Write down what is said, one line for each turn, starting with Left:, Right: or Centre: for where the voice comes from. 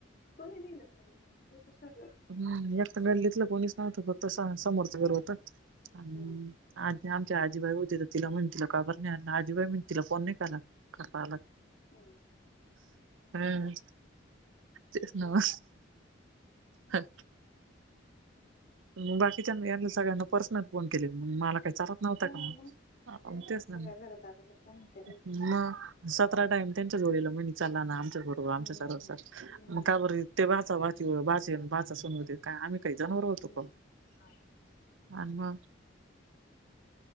Left: कोणी नाही लग्नाला <unintelligible> एकच सगळं.
Right: ह एक तर गल्लीतली कोणीच नव्हतं, फक्त समोरचं घर होतं. आणि
Left: हम्म
Right: आ आमच्या आजीबाई होते तर तिला म्हण तिला काबर नाही आणलं, आजीबाई म्हण तिला फोन नाही कराला. करपाला
Left: हम्म
Right: हम्म तेच ना म. हं म बाकीच्यान याला सगळ्यांना पर्सनल फोन केलेली मला काय चारा नव्हतं
Left: हा
Right: का
Left: मग त्यांच्या
Right: म तेच
Left: सगळ्या
Right: ना
Left: घरदाराला फोन केले होते
Right: म. सतरा टाईम त्यांच्या जोडीला म्हणी चाला ना आमचास बरोबर आमच्या
Left: हम्म
Right: सरा
Left: हम्म
Right: सा
Left: हम्म
Right: मग काय बरी ते बाचा <unintelligible> बाचा सनवते काय आम्ही काही जनावर होतो पण.
Left: हम्म हा
Right: आणि मग